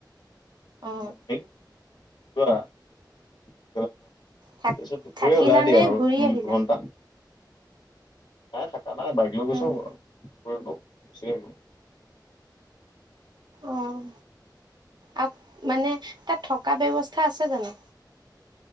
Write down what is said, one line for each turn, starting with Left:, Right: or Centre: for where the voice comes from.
Right: অ',
Left: ম কোৱা <unintelligible> তাৰপিছত
Right: থাক
Left: দুপৰীয়া
Right: থাকিলানে
Left: ওলাই দিয়ে আৰু
Right: ঘূৰি
Left: দুই
Right: আহিলা?
Left: ঘণ্টা। নাই থাকা নাই বাইক লৈ গৈছো
Right: উম,
Left: ফুৰিব গুচি আ
Right: অ', আৰু মানে তাত থকা ব্যৱস্থা আছে জানো?